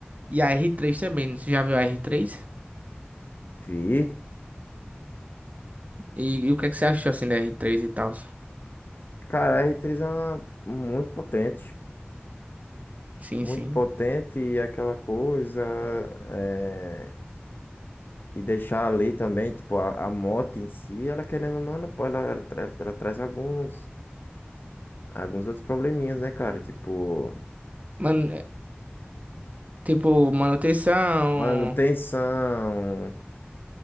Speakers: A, on the right; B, on the left.
A: E a r três também. Você já viu a r três?
B: Vi.
A: E, e o que é que você achou assim da r três e tal?
B: Cara, a R3 é uma- muito potente.
A: Sim,
B: muito
A: sim.
B: potente e aquela coisa é, de deixar ali também, tipo, a, a moto em si, ela querendo ou não, ela, pô- ela, ela, tra- ela traz alguns, alguns outros probleminhas, né, cara? Tipo,
A: Mano, é, tipo, manutenção.
B: manutenção,